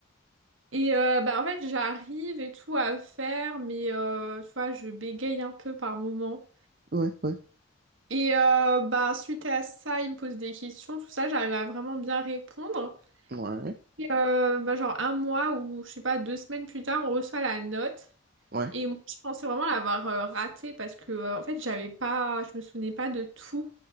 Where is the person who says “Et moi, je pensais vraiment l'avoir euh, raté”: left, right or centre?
Right